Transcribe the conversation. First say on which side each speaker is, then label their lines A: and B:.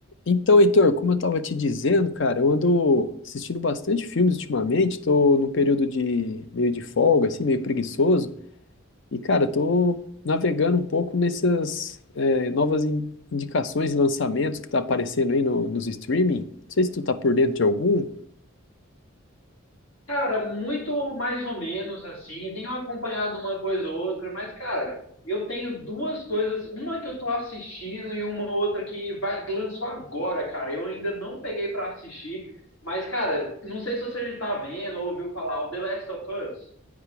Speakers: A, on the left; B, on the left.
A: Então, Heitor, como eu estava te dizendo, cara, eu ando assistindo bastante filmes ultimamente, estou num período de meio de folga, assim, meio preguiçoso, e, cara, estou navegando um pouco nessas é, novas in- indicações e lançamentos que tá aparecendo aí no- nos streaming. Não sei se tu tá por dentro de algum.
B: Cara, muito mais ou menos assim. Tenho acompanhado uma coisa ou outra, mas, cara, eu tenho duas coisas. Uma que eu tô assistindo e uma outra que, vai- que lançou agora, cara. Eu ainda não peguei pra assistir, mas, cara, não sei se você já tá vendo ou ouviu falar, o The Last of Us.